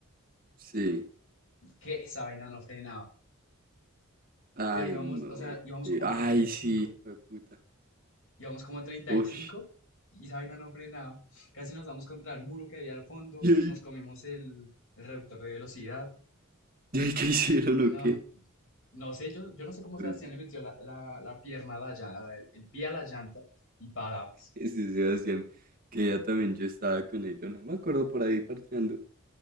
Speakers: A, on the right; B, on the left.
A: sí.
B: Que esa vaina no frenaba.
A: Ay,
B: Pero íbamos,
A: no,
B: o sea, íbamos
A: que...
B: como
A: Ay,
B: a treinta y cinco
A: sí, fue puta.
B: Íbamos como a 35
A: Uy,
B: y cinco y esa vaina no frenaba. Casi nos damos contra el muro que había al fondo.
A: ¿y ahí,
B: Nos comimos el, el reductor de velocidad.
A: y ahí qué hicieron o
B: No,
A: qué?
B: no sé, yo, yo no sé cómo
A: Pues,
B: Sebastián le metió la, la, la pierna a la llanta, el, el pie a la llanta y paramos.
A: Este Sebastián, que ya también yo estaba con él, yo no me acuerdo por ahí parcheando.